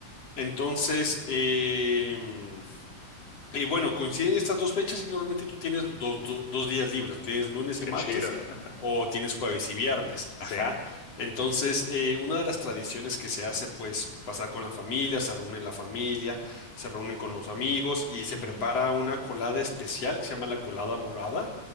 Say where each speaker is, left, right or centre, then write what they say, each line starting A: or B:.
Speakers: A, on the left; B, on the left.
A: Entonces, em, y bueno, coinciden estas dos fechas y normalmente tú tienes dos, do- dos días libres, tienes lunes y
B: qué
A: martes
B: chido. <laughs>
A: o tienes jueves y viernes, ajá.
B: Sí.
A: Entonces, eh, una de las tradiciones que se hace, pues, pasar con la familia, se reúne la familia, se reúnen con los amigos y se
B: ujú,
A: prepara una colada especial que se llama la colada morada.